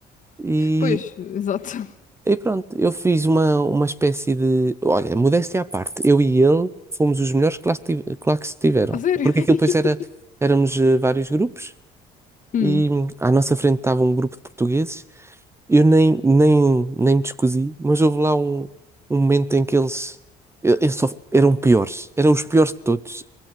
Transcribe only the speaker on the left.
Pois, exato.
A sério?
<laughs>
Hum.